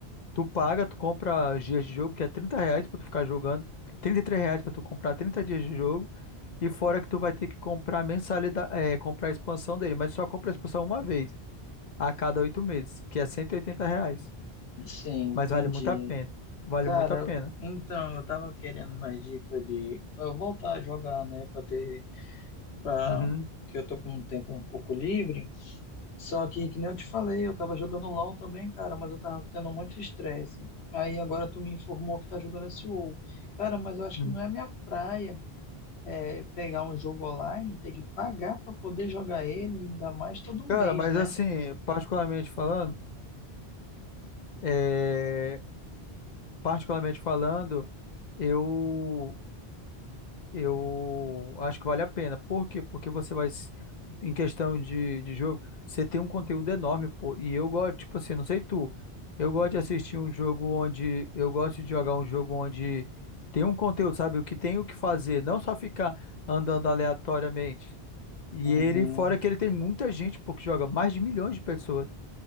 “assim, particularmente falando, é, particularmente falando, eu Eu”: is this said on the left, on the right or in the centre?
Left